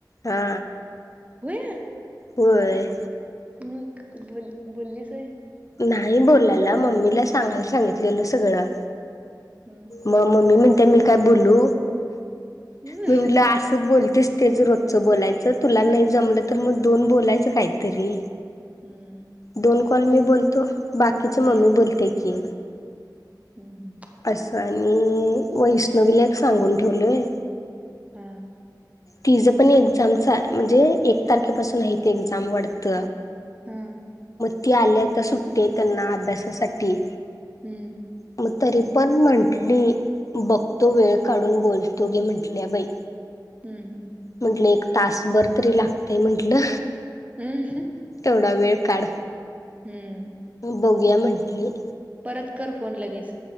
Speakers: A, on the left (about 50°); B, on the right (about 20°).
A: हा
B: होय
A: होय
B: ह बोल बोललीस आहे
A: नाही बोलायला मम्मीला सांगायला सांगित गेल सगळं
B: हम्म
A: मग मम्मी म्हणते मी काय बोलू
B: हम्म
A: मी म्हंटलं असं बोलत तेच तेच रोजचं बोलायचं तुला नाही जमलं तर मग दोन बोलायचं काहीतरी
B: हम्म
A: दोन काॅल
B: मम
A: मी बोलतो बाकीचे मम्मी
B: हम्म
A: बोलते की
B: हम्म
A: असं आणि वैष्णवीला एक सांगून ठेवलय
B: हा
A: तिचं पण एक्झामच म्हणजे एक तारखेपासून आहे ते एक्झाम वाढत
B: हा
A: ती आल्या तर सुटते त्यांना अभ्यासासाठी
B: हम्म
A: मग तरी पण म्हटली बघतो वेळ काढून बोलतो गे म्हटल्या बाई
B: हम्म हम्म
A: म्हंटलं एक तासभर तरी लागतय म्हटलं
B: हम् ह
A: थोडा वेळ काढ
B: हम्म
A: बघूया म्हटली
B: परत कर फोन लगेच